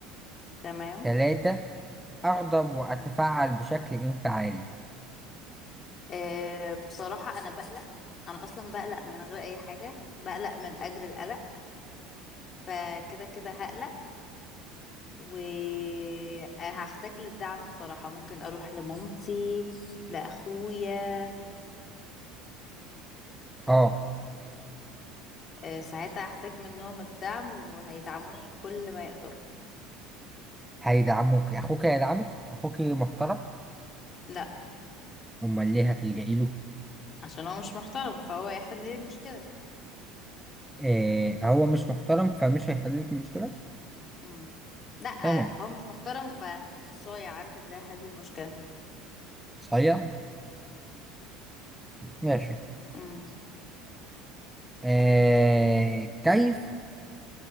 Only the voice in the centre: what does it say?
ثلاثة أغضب وأتفاعل بشكل انفعالي
اه
هيدعموك أخوك هيدعمك أخوك محترم
أمال ليه هتلجئي له
إيه هو مش محترم فمش هيحل لك المشكلة
تمام
صحيح ماشي
إيه كيف